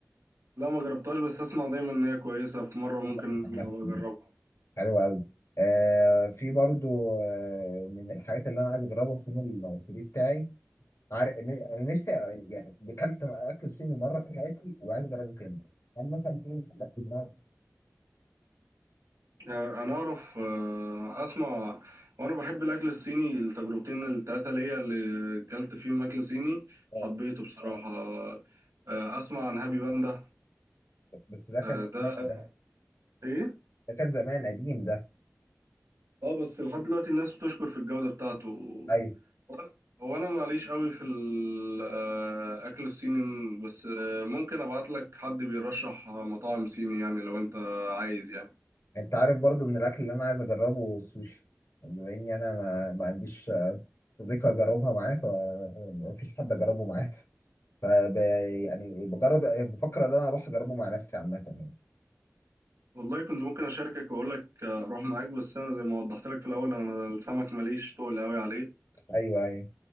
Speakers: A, on the right; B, on the left.
A: لا ما جربتهاش بس اسمع دايما ان هي كويسه في مره ممكن
B: <laughs>
A: أبقى اجربها
B: حلو قوي آه في برضو آه من الحاجات اللي انا عايز اجربها في يوم المصري بتاعي عارف ن- انا نفسي يعني اكلت اكل صيني مره في حياتي وعايز اجربه تاني انا مثلا في حاجات في دماغي
A: آه، انا اعرف آه، اسمع وانا بحب الاكل الصيني التجربتين التلاته ليا اللي اكلت فيهم اكل صيني
B: آه،
A: حبيته بصراحه آه، اسمع عن هابي باندا
B: بس ده كان
A: آه، ده
B: ده
A: ايه
B: ده كان زمان قديم ده
A: اه بس لحد دلوقتي الناس بتشكر في الجودة بتاعته
B: ايوه
A: هو انا هو أنا معليش قوي في الاكل الصيني بس آه، ممكن ابعت لك حد بيرشح مطاعم صيني يعني لو انت عايز يعني
B: انت عارف برضو من الاكل اللي انا عايز اجربه السوشي بما اني انا ما, ما عنديش آه، صديقه اجربها معاه فما فيش حد اجربه معاه فب يعني بجرب بفكر ان انا اروح اجربه مع نفسي عامه يعني
A: والله كنت ممكن اشاركك واقول لك آه، اروح معاك بس انا زي ما وضحت لك في الاول انا السمك ماليش تقل قوي عليه
B: ايوه ايوه